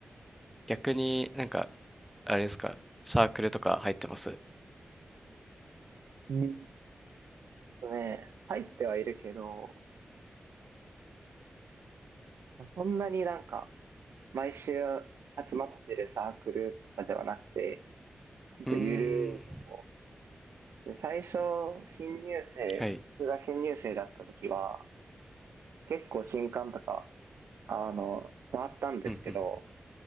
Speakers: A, in the centre; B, on the right (about 80°).
A: 逆になんかあれですか、サークルとか入ってます
B: うん。ね、入ってはいるけど、そんなになんか、毎週集まってるサークルとかではなくて、ほんとゆるいとこ。
A: うーん、
B: で、最初、新入生、
A: はい、
B: 僕が新入生だった時は、結構新刊とか、あの、回ったんですけど、
A: うんうん、